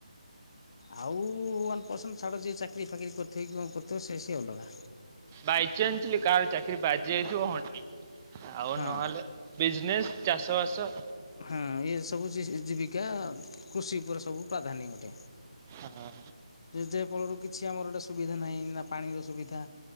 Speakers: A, on the left; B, on the right.
A: ଆଉ ୱାନ୍ ପରର୍ସେଣ୍ଟ ଛାଡ଼ ଯିଏ ଚାକିରି ଫାକିରି କରିଥିବ କି କଣ କରିଥିବେ ସେ ସିଏ ଅଲଗା।
B: ବାଇଚନ୍ସଲି କାହାର ଚାକିରି ବାଜି ଯାଇଥିବ ହଁ ଠିକ୍ ଆଉ
A: ହଁ
B: ନହେଲେ ବିଜନେସ୍ ଚାଷ ବାସ
A: ହଁ ଏ ସବୁ ଜୀବିକା କୃଷି ଉପରେ ସବୁ ପ୍ରାଧାନ୍ୟ ଅଟେ।
B: ହଁ।
A: ଯେ ଫଳରୁ କିଛି ଆମର ଗୋଟେ ସୁବିଧା ନାହିଁ ନା ପାଣିର ସୁବିଧା।